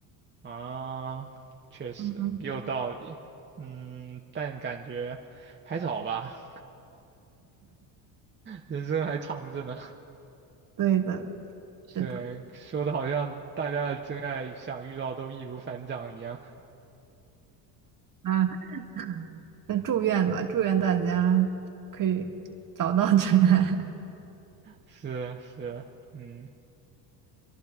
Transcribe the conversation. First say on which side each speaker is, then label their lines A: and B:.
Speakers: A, on the right; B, on the right.
A: 啊，确实也有道理。
B: 嗯，
A: 嗯，但感觉还早吧。人生还长着呢。
B: 对的，是的。
A: 对，说的好像大家的真爱想遇到都易如反掌一样。
B: 那那祝愿吧，祝愿大家可以找到真爱。
A: 是是，嗯，